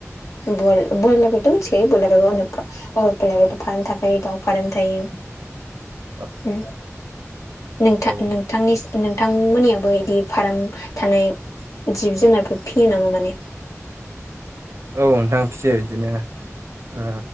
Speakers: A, on the left; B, on the right.
A: बयल बयलारखोथ' मिथिखायो बयलाराबो गावनियाब फा अ बयलाराथ' फार्म थाखायो दाउ फाराम थायो
B: <inaudible>
A: उ नोंथा
B: औ
A: नों थांनि नोंथांमोननियाबो इदि फाराम थानाय जिब जुनारफोर फियो नामा माने?
B: औ नोंथां फिसियो इदिनो ओ